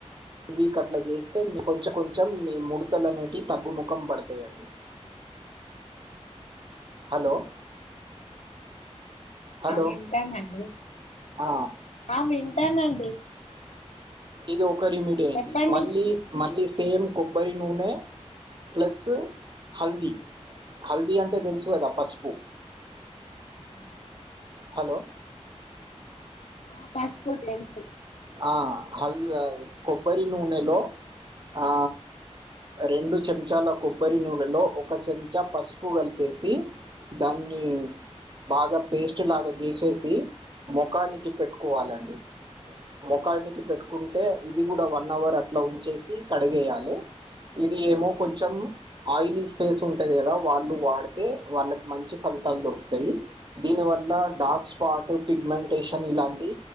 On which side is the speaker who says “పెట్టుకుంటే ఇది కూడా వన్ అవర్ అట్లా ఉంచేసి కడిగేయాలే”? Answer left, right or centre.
Right